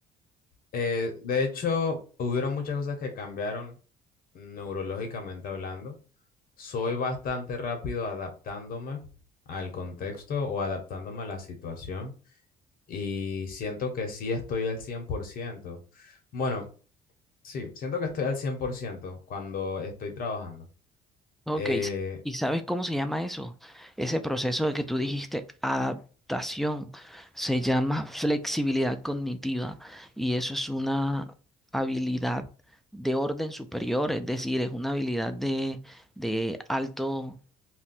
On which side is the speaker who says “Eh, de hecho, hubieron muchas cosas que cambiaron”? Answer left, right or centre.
Left